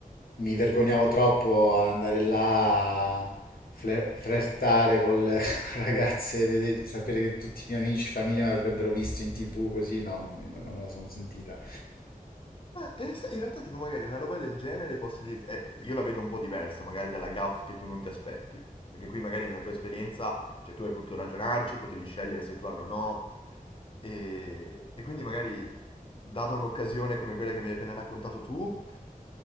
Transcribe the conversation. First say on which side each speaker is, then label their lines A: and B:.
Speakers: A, on the left; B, on the left.
A: mi vergognavo troppo ad andare là a fle- flirtare con le <laughs> ragazze, vedere- sapere che tutti i miei amici, famiglia mi avrebbero visto in TV così, no, non, mi- non me la sono sentita.
B: Eh, eh, sai, in realtà, tipo, magari una roba del genere posso dirti. eh, io la vedo un po' diversa, magari dalla gaff che tu non ti aspetti. Perché qui magari nella tua esperienza, cioè tu hai potuto ragionarci, potevi scegliere se farlo o no. E, e quindi magari, data un'occasione come quella che mi hai appena raccontato tu,